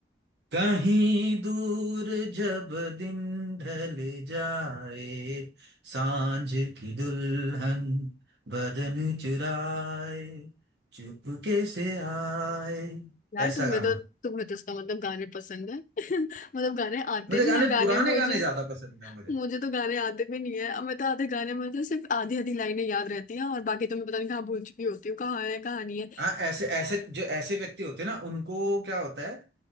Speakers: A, on the right (about 70°); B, on the left (about 45°).
A: कहीं दूर जब दिन ढल जाए सांझ की दुल्हन बदन चुराए चुपके से आए
B: यार
A: ऐसा
B: तुम्हें
A: गाना
B: तो तुम्हें तो उसका मतलब गाने पसंद है <laughs> मतलब गाने आते
A: मुझे
B: भी
A: गाने
B: हैं गाने
A: पुराने
B: मुझे
A: गाने ज्यादा पसंद है मुझे।
B: मुझे तो गाने आते भी नहीं है अब मैं तो आधे गाने में तो सिर्फ आधी आधी लाइनें याद रहती हैं और बाकी तो मैं पता नहीं कहाँ भूल चुकी होती हूँ कहाँ है कहाँ नहीं है
A: हाँ ऐसे ऐसे जो ऐसे व्यक्ति होते हैं ना उनको क्या होता है